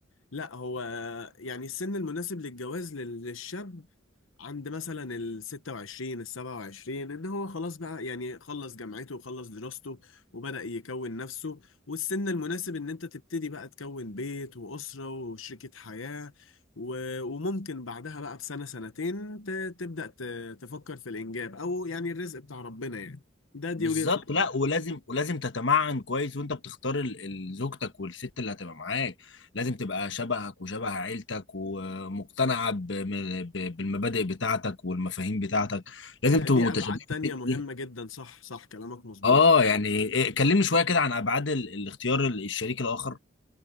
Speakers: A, on the left; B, on the left.
A: لا هو آه، يعني السن المناسب للجواز لل- للشاب عند مثلا ال 26 ال 27 ان هو خلاص بقى يعني خلص جامعته وخلص دراسته وبدأ يكون نفسه والسن المناسب ان انت تبتدي بقى تكون بيت وأسرة وشريكة حياة و- وممكن بعدها بقى بسنة سنتين ت- تبدأ ت- تفكر في الإنجاب أو يعني الرزق بتاع ربنا يعني ده دي
B: بالظبط
A: وجهة نظري
B: لا ولازم ولازم تتمعن كويس وانت بتختار ال- ال- زوجتك والست اللي هتبقى معاك لازم تبقى شبهك وشبه عيلتك ومقتنعه ب- ب- ب- بالمبادئ بتاعتك والمفاهيم بتاعتك لازم
A: هي
B: تبقوا
A: دي
B: متشابهين
A: أبعاد تانية
B: في الحته
A: مهمة
B: دي
A: جدا صح صح كلامك مظبوط
B: اه يعني إيه، كلمني شويه كده عن ابعاد ال- الاختيار ال- الشريك الاخر